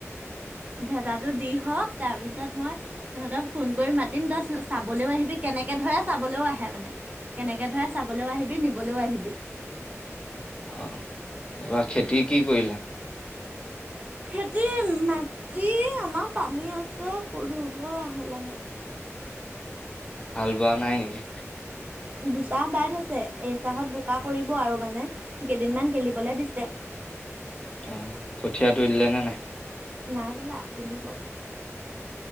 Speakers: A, on the right; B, on the left.
A: ভেটাটো দি হওঁক, তাৰ পিছত মই তহঁতক ফোন কৰি মাতিম, তই চা-চাবলৈও আহিবি কে কেনেকে ধৰে চাবলৈও আহে মানে, কেনেকে ধৰে চাবলৈও আহিবি, নিবলৈও আহিবি।
B: অহ', তাৰপৰা খেতি কি কৰিলা?
A: খেতি, মাটি আমাৰ পানী আছে, কৰিব লাহে লাহে।
B: হাল বোৱা নাই নেকি?
A: দুচাহ বাই থৈছে। এইচাহত বোকা কৰিব আৰু মানে, কেইদিনমান গেলিবলৈ দিছে।
B: অহ', কঠীয়া তুলিলে নে নাই?
A: নাই তুলা, তুলিব।